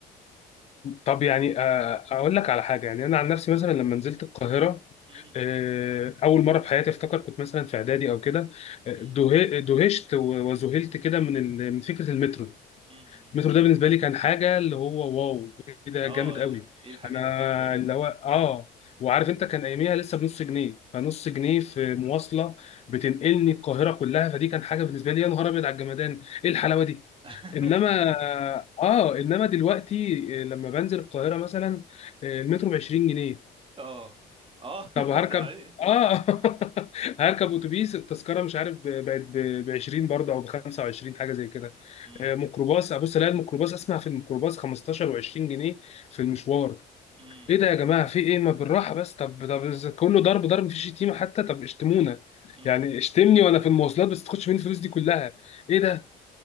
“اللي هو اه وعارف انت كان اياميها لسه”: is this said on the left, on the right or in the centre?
Left